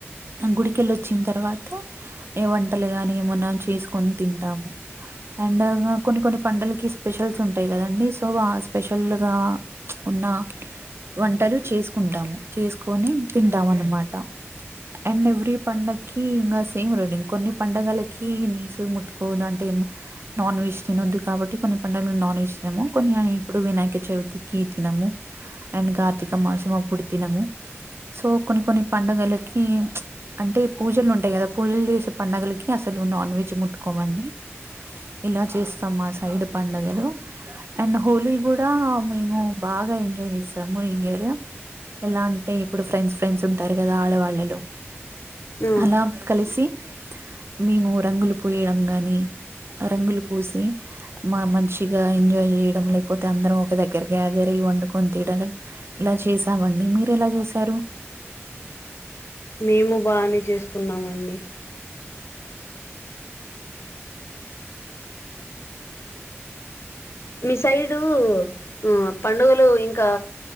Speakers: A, on the right; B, on the left.
A: గుడికెళ్ళి వచ్చిన తర్వాత ఏ వంటలు కానీ ఏమన్నా చేసుకొని తింటాము అండ్ కొన్ని కొన్ని పండలకి స్పెషల్స్ ఉంటాయి కదండి సో ఆ స్పెషల్గా ఉన్న వంటలు చేసుకుంటాము చేసుకని తిన్ తింటాం అన్నమాట అండ్ ఎవ్రీ పండక్కి ఇంకా సేమ్ రొటీన్ కొన్ని పండగలకి నీసు ముట్టుకోవద్దు అంటే నాన్ వెజ్ తినొద్దు కాబట్టి కొన్ని పండుగలకి నాన్ వెజ్ తినము కొన్ని ఇప్పుడు వినాయక చవితికి తినము అండ్ కార్తీక మాసం అప్పుడు తినము సో కొన్ని కొన్ని పండగలకి ప్చ్ అంటే పూజలు ఉంటాయి కదా పూజలు చేసే పండుగలకి అసలు నాన్ వెజ్ ముట్టుకోమండి ఇలా చేస్తాము మా సైడ్ పండుగలు అండ్ హోలీ కూడా మేము బాగా ఎంజాయ్ చేసాము ఈ ఇయర్ ఎలా అంటే ఇప్పుడు ఫ్రెండ్స్ ఫ్రెండ్స్ ఉంటారు కదా ఆడవాళ్ళలో
B: ఆ
A: అలా కలిసి మేము రంగులు పూయడం గాని రంగులు పూసి మా మంచిగా ఎంజాయ్ చేయడం లేకపోతే అందరం ఒక దగ్గర గేదర్ అయి వండుకొని తినడం ఇలా చేసామండి మీరెలా చేస తరు
B: మేము బానే చేసుకున్నామండి మీ సైడు హ్మ్ పండుగలు ఇంకా